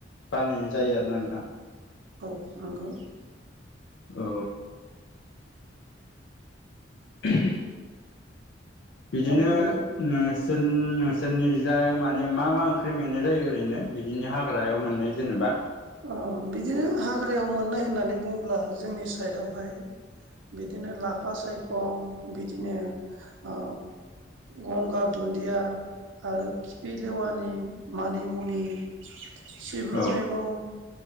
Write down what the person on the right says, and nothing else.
औ नंगौ
औ नंगौ
ओ बिदिनो हाग्रायाव मोननाय होननानै बुंङोब्ला जोंनि साइडआवहाय बिदिनो लाफा सायखं बिदिनो ओ गंगार दुन्दिया आरो खिफि लेवानि मानिमुनि सिब्रु
मैगं